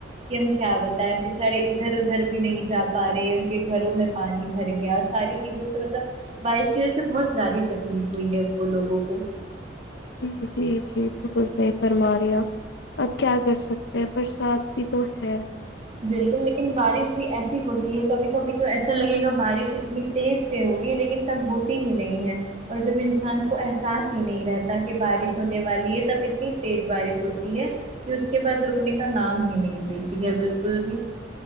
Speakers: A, on the right; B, on the left.
A: کہ ہم کیا بتائیں بچارے ادھر ادھر ادھر بھی نہیں جا پا رہے ان کے گھروں میں پانی بھر گیا ساری چیزوں سے مطلب بارش کی وجہ سے بہت زیادہ تکلیف ہوئی ہے وہ لوگوں کو
B: جی جی جی بالکل صحیح فرما رہی ہو اپ اب کیا کر سکتے ہیں برسات بھی تو ہے
A: بالکل لیکن بارش بھی ایسی ہوتی ہے کبھی کبھی تو ایسا لگے گا بارش اتنی تیز سے ہوگی لیکن تب ہوتی ہی نہیں ہے اور جب انسان کو احساس ہی نہیں رہتا کہ بارش ہونے والی ہے تب اتنی تیز بارش ہوتی ہے کہ اس کے بعد رکنے کا نام ہی نہیں لیتی ہے بالکل بھی